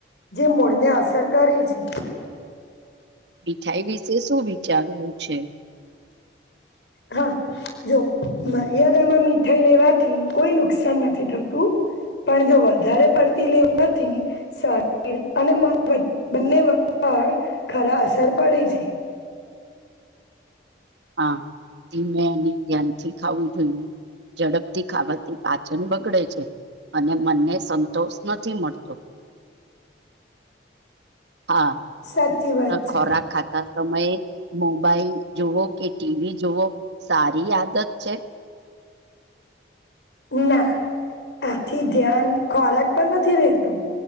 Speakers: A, on the left; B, on the right.
A: જે મૂળને અસર કરે છે
B: મીઠાઈ વિશે શું વિચારવું છે <inaudible>
A: હા જો મર્યાદામાં મીઠાઈ લેવાથી કોઈ નુકસાન નથી થતું પણ જો વધારે પડતી લેવાથીારી અને બંને પણ ખરા અસર પડે છે
B: હા તે મે એને ધ્યાનથી ખાવું જોઈએ ઝડપથી ખાાવતી પાચન બગડે છે અને મનને સંતોષ નથી મળતો હા
A: સાચી વાત છે.
B: ખોરાક ખાતા સમય મોબાઈલ જુવો કે ટીવી જુવો સારી આદત છે
A: ના. આથી ધ્યાન ખોરાક પણ નથી રહેતું